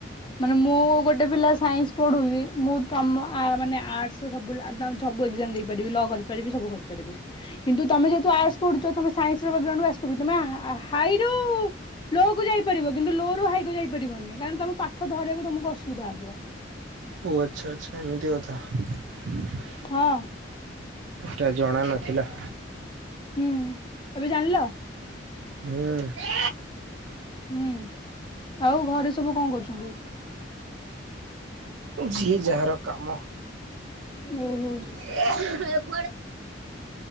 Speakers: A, on the left; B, on the right.
A: ମାନେ ମୁଁ ଗୋଟେ ପିଲା ସାଇନ୍ସ ପଢ଼ିବି ମୁଁ ତମ ମାନେ ଆର୍ଟସ୍ ସବୁ ସବୁ ଏକ୍ ଜାମ୍ ଦେଇ ଲ କରିପାରିବି ସବୁ ସବୁକରିପାରିବି କିନ୍ତୁ ତମେ ଯେହେତୁ ଆର୍ଟ୍ସ ପଢ଼ୁଚ ତମେ ସାଇନ୍ସ ର ବ୍ୟାକଗ୍ରାଉଣ୍ଡ କୁ ଆସି ତମେ ହାଇରୁ ଲୋ ଯାଇପାରିବ କିନ୍ତୁ ଲୋ ର ହାଇକୁ ଯାଇପରିବନି କାରଣ ତମ ପାଠ ଧରିବାକୁ ଅସୁବିଧା ହବ।
B: ଓ ଆଚ୍ଛା ଆଚ୍ଛା ଏମିତି କଥା।
A: ହଁ।
B: ସେଟା ଜଣା ନଥିଲା।
A: ହୁଁ ଏବେ ଜାଣିଲ?
B: ହୁଁ।
A: ହୁଁ। ଆଉ ଘରେ ସବୁ କଣ କରୁଛନ୍ତି?
B: ଝିଏ ଯାହାର କାମ
A: ହୁଁ ହୁଁ।
B: <inaudible>